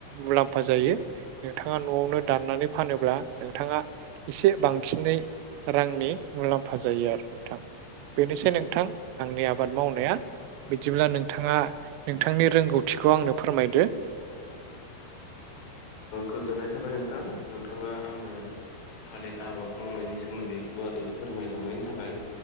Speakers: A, on the right (about 85°); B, on the left (about 80°).
A: मुलाम्फा जायो। नोंथाङा न'आवनो दाननानै फानोब्ला नोंथाङा एसे बांसिनै रांनि मुलाम्फा जायो आरो नोंथां बेनोसै नोंथां आंनि आबाद मावनाया। बिदिब्ला नोंथाङा नोंथांनि रोंगौथिखौ आंनो फोरमायदो।
B: गोजोननाय थाबाय नोंथां नोंथाङा आंनो थालिर आबाद मावनायनि सोमोन्दै गुवारै फोरमायलांनायनि थाखाय